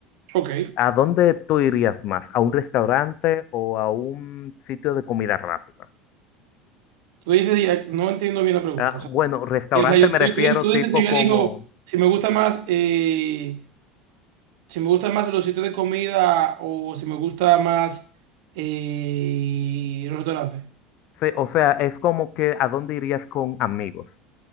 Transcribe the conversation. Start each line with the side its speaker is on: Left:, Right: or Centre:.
Right: ok.
Left: ¿a dónde tú irías más? ¿A un restaurante o a un sitio de comida rápida?
Right: Tú dices, ya- no entiendo bien la pregunta.
Left: Ah,
Right: O sea,
Left: bueno, restaurante
Right: que, o sea, yo-
Left: me
Right: tú,
Left: refiero
Right: tú dices, tú
Left: tipo
Right: dices si yo
Left: como,
Right: elijo, si me gusta más, eh, si me gustan más los sitios de comida o si me gusta más eh, los restaurantes.
Left: sí, o sea, es como que ¿a dónde irías con amigos?